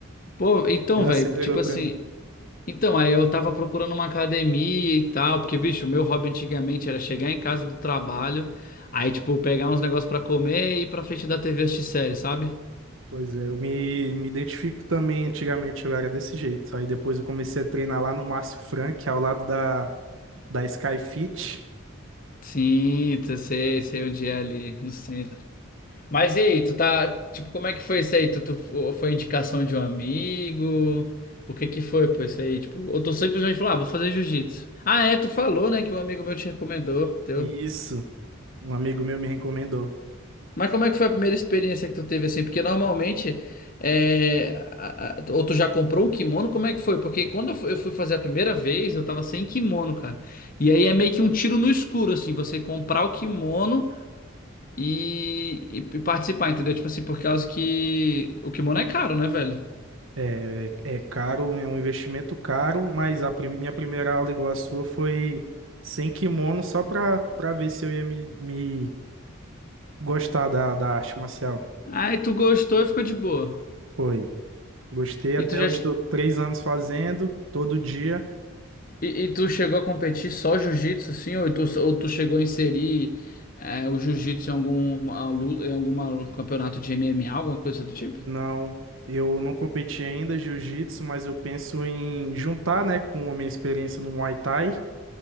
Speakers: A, on the left; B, on the right.
A: Pô, então,
B: Ele
A: velho,
B: acelerou
A: tipo
B: pra
A: assim.
B: mim.
A: Então, aí eu tava procurando uma academia e tal, porque, bicho, o meu hobby antigamente era chegar em casa do trabalho, aí, tipo, pegar uns negócios pra comer e ir pra frente da TV assistir série, sabe?
B: Pois é, eu me, me identifico também, antigamente eu era desse jeito. Aí depois eu comecei a treinar lá no Márcio Frank, ao lado da, da Sky Fit.
A: Sim, eu sei, sei onde é ali, no centro. Mas e aí, tu tá, tipo, como é que foi isso aí? Tu, tu fo- foi indicação de um amigo? O que que foi, pô, isso aí? Tipo, ou tu simplesmente falou, ah, vou fazer jiu-jitsu. Ah, é, tu falou, né, que um amigo meu te recomendou, teu.
B: Isso, um amigo meu me recomendou.
A: Mas como é que foi a primeira experiência que tu teve, assim? Porque normalmente, é, a- a- ou tu já comprou um kimono, como é que foi? Porque quando eu fui eu fui fazer a primeira vez, eu tava sem kimono, cara. E aí é meio que um tiro no escuro, assim, você comprar o kimono e, e- participar, entendeu? Tipo assim, por causa que o kimono é caro, né, velho?
B: É, é é caro, é um investimento caro, mas a prim- minha primeira aula igual a sua foi sem kimono, só pra, pra ver se eu ia me, me gostar da, da arte marcial.
A: Aí tu gostou e ficou de boa.
B: Foi. Gostei, até
A: E tu já
B: hoje
A: che-
B: estou três anos fazendo, todo dia.
A: e, e tu chegou a competir só jiu-jitsu, assim, ou tu, ou tu chegou a inserir é, o jiu-jitsu em algum a lu- em algum campeonato de MMA, alguma coisa do tipo?
B: Não, eu não competi ainda jiu-jitsu, mas eu penso em juntar, né, com a minha experiência no Muay Thai